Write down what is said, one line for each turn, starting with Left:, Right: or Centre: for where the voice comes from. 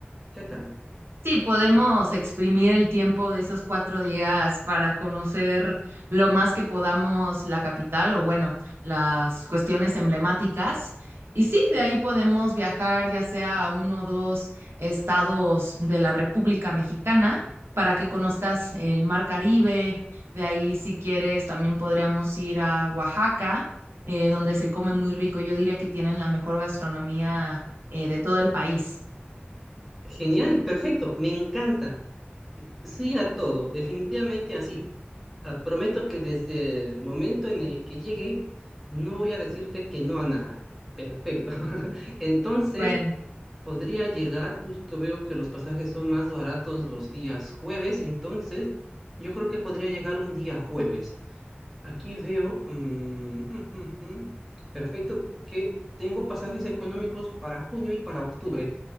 Centre: ¿Qué tal?
Right: Sí, podemos exprimir el tiempo de esos cuatro días para conocer lo más que podamos la capital o bueno, las cuestiones emblemáticas. Y sí, de ahí podemos viajar ya sea a uno o dos estados de la República Mexicana para que conozcas el Mar Caribe. De ahí, si quieres, también podríamos ir a Oaxaca, eh, donde se come muy rico. Yo diría que tienen la mejor gastronomía eh, de todo el país.
Centre: Genial, perfecto, me encanta. Sí a todo, definitivamente así. Ah, Prometo que desde el momento en el que llegue, no voy a decirte que no a nada. Perfecto. <laughs> Entonces,
Right: Bueno.
Centre: podría llegar, justo veo que los pasajes son más baratos los días jueves, entonces yo creo que podría llegar un día jueves. Aquí veo, mm, <laughs> perfecto, que tengo pasajes económicos para junio y para octubre.